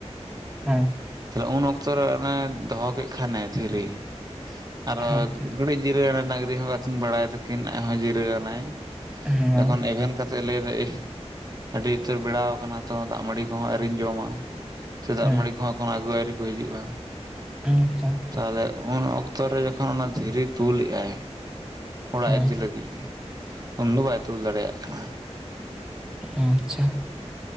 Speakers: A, in the centre; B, on the right.
A: ᱦᱮᱸ
B: ᱛᱟ ᱩᱱ ᱚᱠᱛᱚ ᱨᱮ ᱚᱱᱮ ᱫᱚᱦᱚ ᱠᱮ ᱠᱷᱟᱱᱮ ᱫᱷᱤᱨᱤ᱾ ᱟᱨᱚ
A: ᱟᱪᱪᱷᱟ
B: ᱜᱟᱴᱤᱡ ᱡᱤᱨᱟᱹᱣᱮᱱᱟᱭ ᱰᱟᱝᱨᱤ ᱦᱚᱸ ᱟᱹᱛᱤᱧ ᱵᱟᱲᱟᱭ ᱛᱟᱹᱠᱤᱱ ᱟᱡᱦᱚᱸ ᱡᱤᱨᱟᱹᱣᱱᱟᱭ᱾
A: ᱦᱳᱭ
B: ᱡᱚᱠᱷᱚᱱ ᱮᱵᱷᱮᱱ ᱠᱟᱛ ᱞᱟᱹᱭ ᱫᱟᱭ ᱤᱦ ᱟᱹᱰᱤ ᱩᱛᱟᱹᱨ ᱵᱮᱲᱟᱣ ᱟᱠᱟᱱᱟ ᱛᱚ ᱫᱟᱜ ᱢᱟᱹᱲᱤ ᱠᱚᱦᱚᱸ ᱟᱣᱨᱤᱧ ᱡᱚᱢᱟ᱾ ᱥᱮ ᱫᱟᱜ
A: ᱦᱮᱸ
B: ᱢᱹᱰᱤ ᱠᱚᱦᱚᱸ ᱮᱠᱷᱚᱱ ᱟᱹᱜᱩ ᱟᱣᱨᱤ ᱠᱚ ᱦᱤᱡᱩᱜᱼᱟ᱾
A: ᱟᱪᱪᱷᱟ
B: ᱛᱟᱦᱚᱞᱮ ᱩᱱ ᱚᱠᱛᱚ ᱨᱮ ᱡᱚᱠᱷᱚᱱ ᱚᱱᱟ ᱫᱷᱤᱨᱤ ᱛᱩᱞᱮᱜᱼᱟᱭ᱾ ᱚᱲᱟᱜ
A: ᱦᱳᱭ
B: ᱤᱫᱤ ᱞᱟᱹᱜᱤᱫ ᱩᱱ ᱫᱚ ᱵᱟᱭ ᱛᱩᱞ ᱫᱟᱲᱮᱭᱟᱜ ᱠᱟᱱᱟ᱾
A: ᱟᱪᱪᱷᱟ